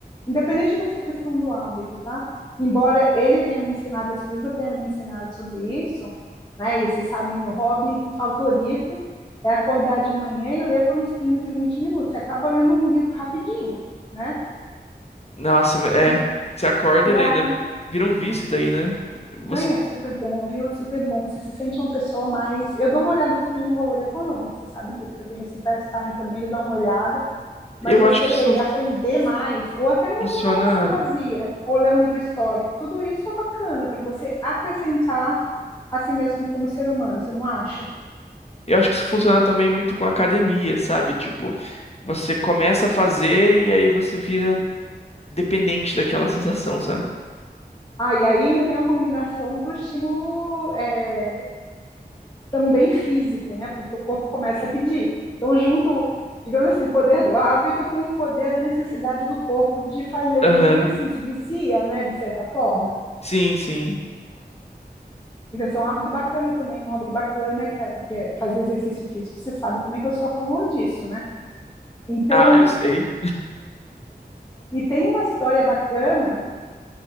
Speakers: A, on the left; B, on the left.
A: Independente dessa questão do hábito, tá? Embora ele tenha me ensinado, esse livro tenha me ensinado sobre isso, né? E você sabe, meu hobby favorito é acordar de manhã e ler por uns 15, 20 minutos. Você acaba lendo um livro rapidinho, né?
B: Nossa, é...
A: E,
B: Você acorda e
A: e
B: lê,
A: aí,
B: né? Vira um vício daí, né? Você...
A: não, e é super bom, viu? É super bom. Você se sente uma pessoa mais. Eu dou uma olhada também no valor econômico, você sabe disso, que eu tenho esse pastime também de dar uma olhada
B: Eu
A: mas você
B: acho que isso
A: ler e aprender mais, ou até mesmo
B: funciona...
A: ler uma fantasia, ou ler um livro histórico, tudo isso é bacana para você acrescentar a si mesmo como ser humano, você não acha?
B: Eu acho que isso funciona também muito com academia, sabe? Tipo, você começa a fazer e aí você vira dependente daquela sensação, sabe?
A: Ah, e aí ainda tem uma combinação do estímulo é, também físico, né? Porque o corpo começa a pedir. Então, junto, digamos assim, o poder do hábito com o poder da necessidade do corpo de fazer aquele
B: Aham.
A: exercício. Vicia, né? De certa forma.
B: Sim, sim.
A: Então, esse é um hábito bacana também, um hobby bacana, que é, que é fazer exercício físico. Você sabe como é que eu sou a favor disso, né? Então,
B: Ah, eu sei.
A: e tem uma história bacana,